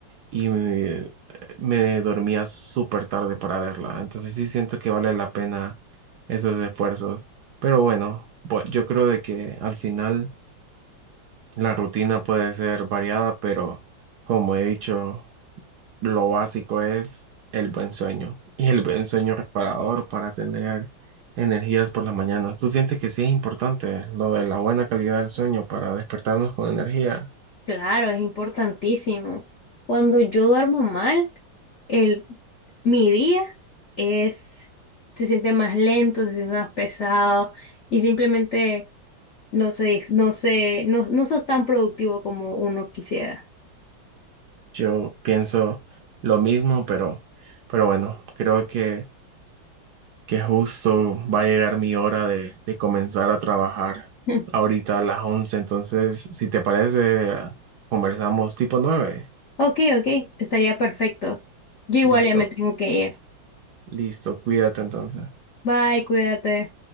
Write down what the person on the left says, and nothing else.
Claro, es importantísimo. Cuando yo duermo mal, el, mi día es, se siente más lento, se siente más pesado y simplemente no sé, no sé, no, no sos tan productivo como uno quisiera.
<laughs>
Ok, ok, estaría perfecto. Yo igual
ya me tengo que ir.
Bye, cuídate.